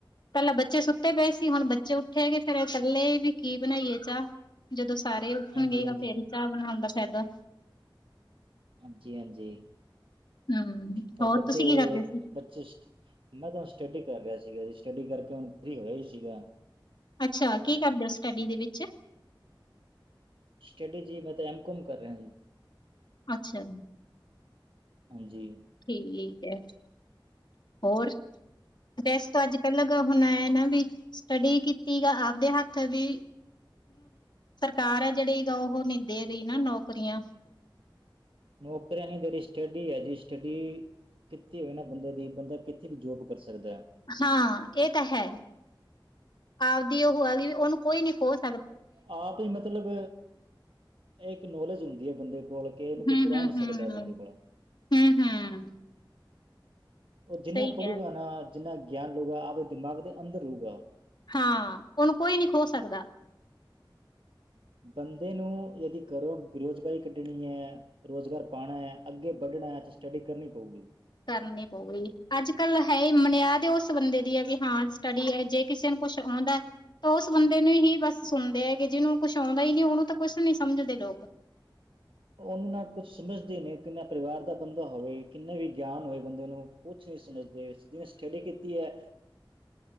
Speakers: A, on the left; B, on the right.
A: ਪਹਿਲਾਂ ਬੱਚੇ ਸੁੱਤੇ ਪਏ ਸੀ ਹੁਣ ਬੱਚੇ ਉੱਠੇ ਗ ਫੇਰ ਇਕੱਲੇ ਵੀ ਕੀ ਬਣਾਈਏ ਚਾਹ ਜਦੋਂ ਸਾਰੇ ਉੱਠਣਗੇਗਾ
B: ਹਾਂਜੀ ਹਾਂਜੀ,
A: ਫੇਰ ਚਾਹ ਬਣਾਉਂਦਾ ਫਾਇਦਾ
B: ਹਾਂਜੀ ਹਾਂਜੀ
A: ਹਮ,
B: ਪਰ
A: ਹੋਰ
B: ਬੱਚੇ
A: ਤੁਸੀਂ ਕੀ ਕਰਦੇ ਸੀ?
B: ਬੱਚੇ ਮੈਂ ਤੁਹਾਨੂੰ ਸਟੱਡੀ ਕਰ ਰਿਹਾ ਸੀਗਾ ਜੀ ਸਟੱਡੀ ਕਰ ਹੁਣ ਫਰੀ ਹੋਇਆ ਹੀ ਸੀਗਾ
A: ਅੱਛਾ ਕੀ ਕਰਦੇ ਹੋ ਸਟੱਡੀ ਦੇ ਵਿੱਚ
B: ਸਟਡੀ ਜੀ ਮੈਂ ਤਾਂ ਐਮਕਮ ਕਰ ਰਿਹਾ ਜੀ
A: ਅੱਛਾ
B: ਹਾਂਜੀ
A: ਠੀਕ ਹੈ ਹੋਰ ਵੈਸੇ ਤਾਂ ਅੱਜ ਕੱਲ ਹੁਣ ਇਹ ਨਾ ਵੀ ਸਟੱਡੀ ਕੀਤੀ ਗ ਆਪਦੇ ਹੱਥ ਵੀ ਸਰਕਾਰ ਹੈ ਜਿਹੜੀ ਗ ਉਹ ਨਿੰਦੇ ਰਹੀ ਨਾ ਨੌਕਰੀਆਂ
B: ਨੌਕਰੀ ਨੇ ਜਰੀ ਸਟਡੀ ਹੈ ਜੀ ਸਟਡੀ ਕਿੱਥ ਹੋਏ ਨਾ ਬੰਦੇ ਦੀ ਬੰਦਾ ਕਿੱਥੇ ਵੀ ਜੋਬ ਕਰ ਸਕਦਾ ਹੈ
A: ਹਾਂ ਇਹ ਤਾਂ ਹੈ ਆਪਦੀ ਉਹ ਹੋਆਗੀ ਵੀ ਉਹਨੂੰ ਕੋਈ ਨੀ ਖੋਜ
B: ਆਪ ਹੀ ਮਤਲਬ ਇੱਕ ਨੌਲੇਜ ਹੁੰਦੀ ਹੈ ਬੰਦੇਲ ਬੋਲ ਕੇ ਇਹਨੂੰ ਕੁਝ
A: ਹਮ
B: ਰਾਹ
A: ਹਮ
B: ਨੀ
A: ਹਮ
B: ਸਕਦਾ ਬੰਦੇ ਕੋਲੋਂ
A: ਹਮ ਹਮ
B: ਉਹ ਜਿੰਨਾ
A: ਸਹੀ ਕਹਿ
B: ਪੜ੍ਹੂਗਾ ਨਾ ਜਿੰਨਾ ਗਿਆਨ ਲਊਗਾ ਆਪਦੇ ਦਿਮਾਗ ਦੇ ਅੰਦਰ ਰਹੇਗਾ
A: ਹਾਂ ਉਹਨੂੰ ਕੋਈ ਨੀ ਖੋ ਸਕਦਾ
B: ਬੰਦੇ ਨੂੰ ਯਦੀ ਕਰੋ ਬੇਰੁਜ਼ਗਾਰੀ ਕੱਢਣੀ ਹੈ ਰੁਜ਼ਗਾਰ ਪਾਉਣਾ ਹੈ ਅੱਗੇ ਵੱਢਣਾ ਸਟੱਡੀ ਕਰਨੀ ਪਊਗੀ
A: ਕਰਨੀ ਪਊਗੀ ਅੱਜ ਕੱਲ ਹੈ ਹੀ ਮਨਿਆਦ ਉਸ ਬੰਦੇ ਦੀ ਹੈ ਵੀ ਹਾਂ ਸਟੱਡੀ ਹੈ ਜੇ ਕਿਸੇ ਨੂੰ ਕੁਛ ਆਉਂਦਾ ਤਾਂ ਉਸ ਬੰਦੇ ਨੂੰ ਹੀ ਬਸ ਸੁਣਦੇ ਹੈ ਕਿ ਜਿਹਨੂੰ ਕੁਛ ਆਉਂਦਾ ਹੀ ਨਹੀਂ ਉਹਨੂੰ ਤਾਂ ਕੁਛ ਨਹੀਂ ਸਮਝਦੇ ਲੋਕ
B: <inaudible> ਉਹਨੂੰ ਨਾ ਕੁਛ ਸਮਝਦੇ ਨੇ ਕਿੰਨਾ ਪਰਿਵਾਰ ਦਾ ਬੰਦਾ ਹੋਵੇ ਕਿੰਨੇ ਵੀ ਗਿਆਨ ਹੋਵੇ ਬੰਦੇ ਨੂੰ ਕੁਛ ਨਹੀਂ ਸਮਝਦੇ ਜਿਹਨੇ ਸਟੱਡੀ ਕੀਤੀ ਹੈ